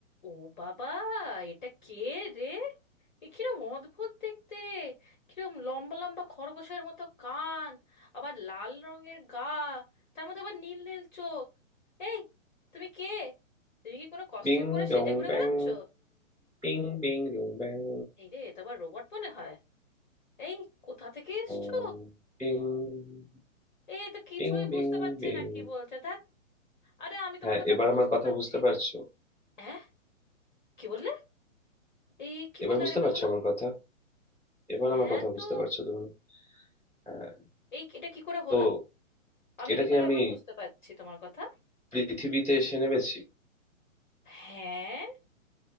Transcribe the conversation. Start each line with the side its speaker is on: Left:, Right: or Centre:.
Left: ও বাবা এটা কে রে এ কিরম অদ্ভুত দেখতে কিরম লম্বা লম্বা খরগোশের মতো কান আবার লাল রঙের গা তার মধ্যে আবার নীল নীল চোখ এই তুমি কে তুমি কি কোনো কস্টিউম
Centre: Bing
Left: পরে
Centre: dong
Left: সেজে ঘুরে
Centre: bang,
Left: বেড়াচ্ছ
Centre: bing bing dong bang,
Left: এই রে এটা আবার রোবট মনে হয় এই কোথা থেকে এসছো
Centre: boom, bing,
Left: এ তো কিছুই
Centre: bing bing
Left: বুঝতে পারছে
Centre: bing।
Left: না কি বলছে ধ্যাত আরে আমি
Centre: হ্যাঁ
Left: তোমার কথা
Centre: এবার
Left: বুঝতে
Centre: আমার কথা
Left: পারছি
Centre: বুঝতে পারছো
Left: না হ্যাঁ কি বললে এই কি
Centre: এবার
Left: বললে
Centre: বুঝতে
Left: আরেকবার
Centre: পারছো
Left: বলো
Centre: আমার কথা এবার
Left: হ্যাঁ
Centre: আমার কথা বুঝতে
Left: তো
Centre: পারছো তুমি হ্যাঁ
Left: এই এটা কি করে হলো
Centre: তো
Left: আমি
Centre: এটা
Left: কি
Centre: কি
Left: করে
Centre: আমি
Left: এখন বুঝতে পারছি তোমার কথা
Centre: পৃথিবীতে এসে নেমেছি
Left: হ্যাঁ